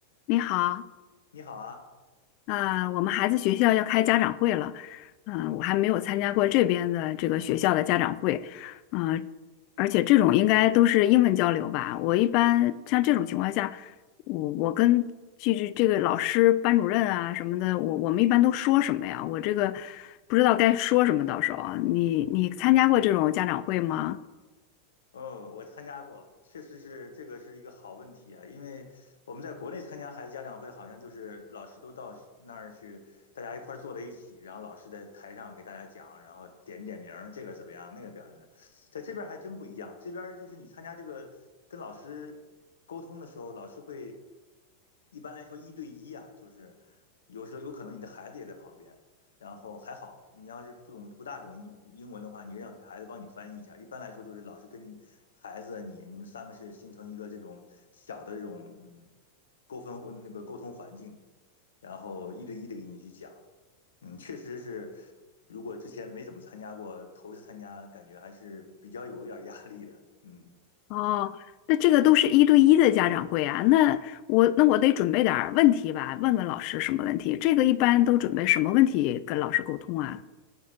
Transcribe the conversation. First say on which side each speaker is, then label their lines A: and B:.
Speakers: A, on the left; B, on the left.
A: 你好，
B: 你好啊，
A: 呃，我们孩子学校要开家长会了，嗯，我还没有参加过这边的这个学校的家长会，嗯，而且这种应该都是英文交流吧？我一般像这种情况下，我我跟这这这个老师、班主任啊什么的，我我们一般都说什么呀？我这个不知道该说什么，到时候啊你你参加过这种家长会吗？
B: 哦，我参加过，确实是这个是一个好问题啊，因为我们在国内参加孩子家长会，好像就是老师都到那儿去，大家一块儿坐在一起，然后老师在台上给大家讲，然后点点名儿，这个怎么样，那个表现的，在这边儿还真不一样，这边儿就是你参加这个跟老师沟通的时候，老师会一般来说一对一啊，就是有时候有可能你的孩子也在旁边。然后还好，你要是不懂不大懂英英文的话，你让孩子帮你翻译一下。一般来说，就是老师跟孩子啊你你们三个是形成一个这种小的这种嗯沟通那个沟通环境，然后一对一的给你去讲。嗯，确实是，如果之前没怎么参加过，头一次参加，感觉还是比较有一点压力的。嗯。
A: 哦，那这个都是一对一的家长会啊，那我那我得准备点儿问题吧，问问老师什么问题？这个一般都准备什么问题跟老师沟通啊？